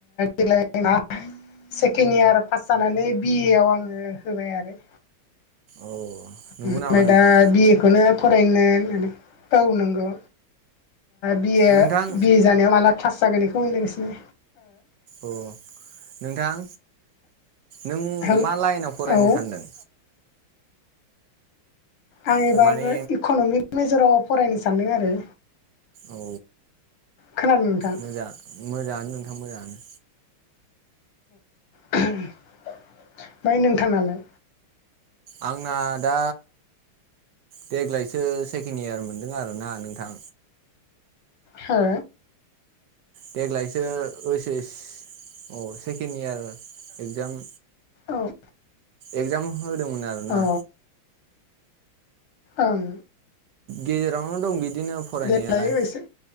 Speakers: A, on the left (about 85°); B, on the right (about 70°).
A: देग्लाय ना। सेकेन्ड इयार पास जानानै बिए आव आङो होबाय आरो।
B: अ नंगौ
A: ओमफ्राय
B: नामा नोंथां
A: दा बिए खौनो फरायनो औ नोंगौ। बिए
B: नोंथां
A: बिए जानायाव माला क्लास जागोन बेखौ नेनसै।
B: अ नोंथां। नों
A: हेल
B: मा लाइनाव फरायनो
A: औ
B: सानदों?
A: आं एबार
B: माने
A: इक'न'मिक मेजराव फरायनो सानदों आरो।
B: औ
A: खोनादों नोंथां औ
B: मोजां मोजाङानो नोंथां मोजाङानो।
A: ओमफ्राय नोंथांनालाय?
B: आंना दा देग्लायसो सेकेणड इयार मोनदों आरोना नोंथां।
A: हो?
B: देग्लायसो ओइस एस औ सेकेण्ड इयार एगजाम
A: औ।
B: एगजाम होदोंमोन आरोना।
A: औ ओं।
B: गेजेरावनो दं बिदिनो फरायनायालाय।
A: देग्लाय एसे